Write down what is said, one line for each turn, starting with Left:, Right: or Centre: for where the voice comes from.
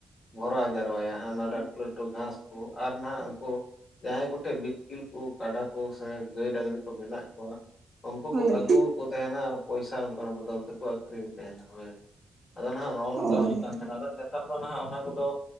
Left: ᱵᱷᱚᱨᱟᱣ ᱡᱟᱣᱨᱟᱭᱟ ᱦᱟᱸᱜ ᱚᱱᱟ ᱞᱟᱹᱴᱩ ᱞᱟᱹᱴᱩ ᱜᱷᱟᱥ ᱠᱚ ᱟᱨ ᱱᱟᱜ ᱩᱱᱠᱩ ᱡᱟᱦᱟᱸᱭ ᱠᱚᱴᱷᱮᱡᱽ ᱵᱤᱛᱠᱤᱞ ᱠᱚ ᱠᱟᱰᱟ ᱠᱚ ᱜᱟᱹᱭ ᱰᱟᱝᱨᱤ ᱠᱚ ᱢᱮᱱᱟᱜ ᱠᱚᱣᱟ ᱩᱱᱠᱩ
Right: ᱦᱳᱭ
Left: ᱠᱚ
Right: ᱦᱳᱭ
Left: ᱟᱹᱜᱩᱠᱚ ᱛᱟᱦᱮᱱᱟ ᱟᱨ ᱯᱚᱭᱥᱟ ᱚᱱᱟ ᱵᱚᱫᱚᱞ ᱛᱮᱠᱚ ᱟᱠᱷᱨᱤᱧ ᱛᱟᱦᱮᱱᱟ ᱟᱫᱚ ᱱᱟᱦᱟᱜ ᱱᱚᱜᱼᱚ ᱱᱚᱝᱠᱟ
Right: ᱚ
Left: ᱦᱩᱭᱩᱜ ᱠᱟᱱ ᱛᱟᱦᱮᱱᱟ ᱟᱫᱚ ᱱᱮᱛᱟᱨ ᱫᱚ ᱱᱟᱦᱟᱜ ᱚᱱᱟ ᱠᱚᱫᱚ